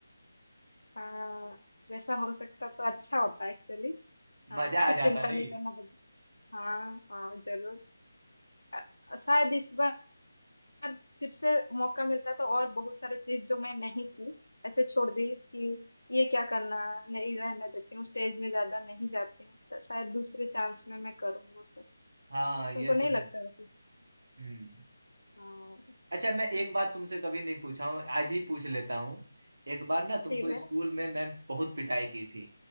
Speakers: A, on the left (about 85°); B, on the right (about 75°).
A: हाँ वैसा हो सकता तो अच्छा होता एक्चुअली हाँ
B: मजा
A: कुछ
B: आ जाता
A: चिंता
B: नहीं
A: नहीं करना पड़ता हाँ हाँ जरूर अ- शायद इस बार बार फिर से मौका मिलता तो और बहुत सारे चीज जो मैं नहीं की ऐसे छोड़ दी कि ये क्या करना नहीं रहने देती हूँ स्टेज में ज्यादा नहीं जाती हूँ तो शायद दूसरे चांस में मैं करूँ वो सब
B: हाँ ये
A: तुमको नहीं
B: तो
A: लगता
B: है
A: वैसे
B: हम्म
A: हाँ
B: अच्छा मैं एक बात तुमसे कभी नहीं पूछा हूँ आज ही पूछ लेता हूँ एक बार ना तुमको
A: ठीक है
B: स्कूल में मैम बहुत पिटाई की थी